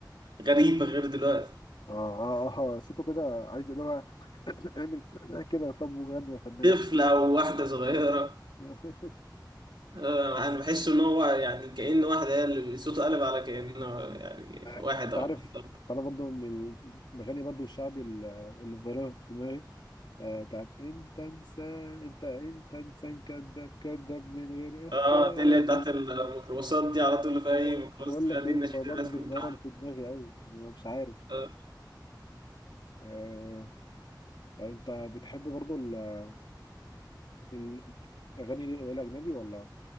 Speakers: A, on the right; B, on the left.
A: غريب غير دلوقتي
B: اه اه اه آه، صوته كده عايز اللي هو <coughs> اعمل كده طب وغني يا فنان
A: طفل أو واحدة صغيرة
B: <laughs>
A: آه، انا بحس ان هو يعني كأن واحدة هي اللي صوته قلب على كأنه يعني واحد
B: انت
A: او
B: عارف
A: أكتر.
B: تعرف برضه من المغني برضه الشعبي ال- اللي فايرال في دماغي آه، بتاعت انت انسان انت انت انسان كذاب كذاب من غير احساس
A: اه دي اللي هي بتاعت الميكروباصات دي على طول
B: إيه
A: في
B: هو-
A: اي ميكروباص
B: بقول
A: تلاقيها
B: لك ايه
A: دي النشيد
B: برضه
A: الرسمي
B: بتغير
A: بتاعها
B: في دماغي قوي مش عارف
A: آه.
B: آه... طب انت بتحب برضه ال- ال- الاغاني الاجنبي ولا